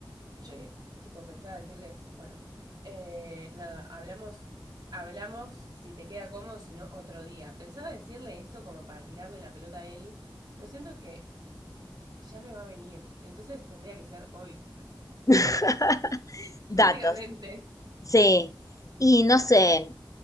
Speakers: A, on the right; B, on the left.
A: Y yo, tipo, pensaba decirle, bueno, eh, nada, hablamos, hablamos si te queda cómodo, si no, otro día. Pensaba decirle eso como para tirarle la pelota a él, pero siento que ya me va a venir, entonces tendría que ser hoy.
B: <laughs>
A: <laughs>
B: Datos.
A: Básicamente.
B: Sí. Y no sé,